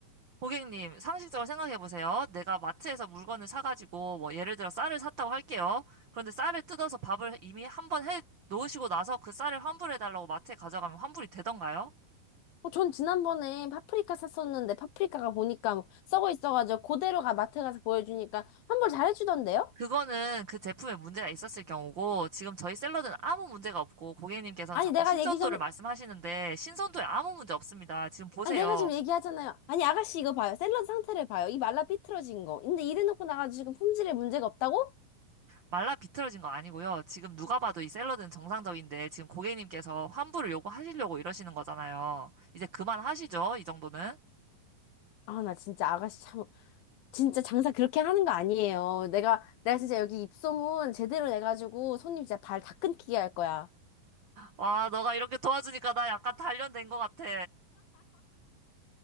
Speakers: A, on the right; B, on the left.
A: 고객님, 상식적으로 생각해 보세요. 내가 마트에서 물건을 사가지고, 뭐, 예를 들어 쌀을 샀다고 할게요. 그런데 쌀을 뜯어서 밥을 이미 한 번 해 놓으시고 나서 그 쌀을 환불해 달라고 마트에 가져가면 환불이 되던가요?
B: 어, 전 지난번에 파프리카 샀었는데 파프리카가 보니까 뭐 썩어 있어가지고 그대로가 마트 가서 보여주니까 환불 잘해주던데요?
A: 그거는 그 제품에 문제가 있었을 경우고, 지금 저희 샐러드는 아무 문제가 없고, 고객님께서는
B: 아니
A: 자꾸
B: 내가
A: 신선도를
B: 얘기 전
A: 말씀하시는데, 신선도에 아무 문제 없습니다. 지금 보세요.
B: 아니 내가 지금 얘기하잖아요. 아니 아가씨 이거 봐요. 샐러드 상태를 봐요. 이 말라 삐뚤어진 거. 근데 이래놓고 나가지고 지금 품질에 문제가 없다고?
A: 말라 비틀어진 거 아니고요. 지금 누가 봐도 이 샐러드는 정상적인데, 지금 고객님께서 환불을 요구하시려고 이러시는 거잖아요. 이제 그만하시죠, 이 정도는.
B: 아 나 진짜 아가씨 참 진짜 장사 그렇게 하는 거 아니에요. 내가 내가 진짜 여기 입소문 제대로 내가지고 손님 진짜 발 다 끊기게 할 거야.
A: 와, 너가 이렇게 도와주니까 나 약간 단련된 것 같아.